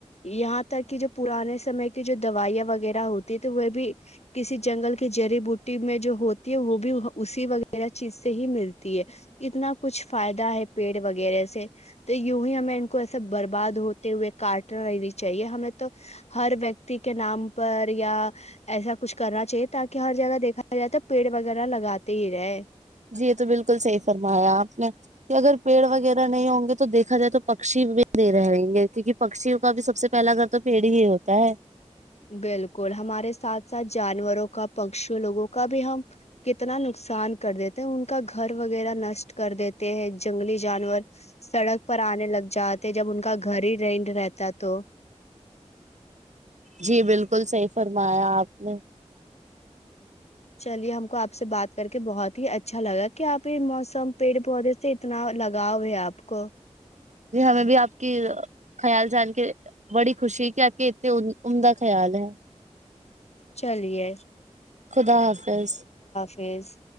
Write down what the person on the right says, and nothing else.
جی یہ تو بالکل صحی فرمایا آپ نے کہ اگر پیڑ وغیرہ نہیں ہوں گے تو دیکھا جائے تو پکشی بھی دے رہ رہیں گے کیونکہ پکشیوں کا بھی سب سے پہلا اگر تو پیڑ ہی ہوتا ہے
جی بالکل صحیح فرمایا آپ <unintelligible>
جی ہمیں بھی آپ کی خیال جان کے بڑی خوشی ہے کہ آپ کی ان کا خیال ہے
خدا حافظ